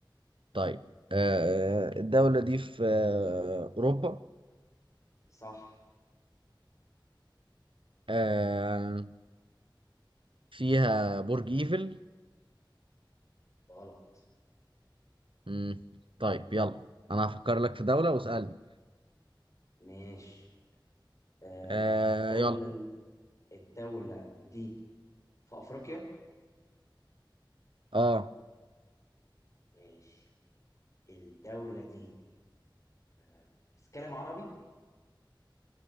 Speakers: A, on the right; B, on the left.
A: طيب آه الدولة دي في آه أوروبا
B: صح
A: آه فيها برج إيفل
B: غلط
A: مم. طيب يلا أنا هفكر لك في دولة واسألني
B: ماشي آه
A: آه
B: دولة
A: يلا
B: الدولة دي في افريقيا
A: اه
B: ماشي الدولة دي آه، بتتكلم عربي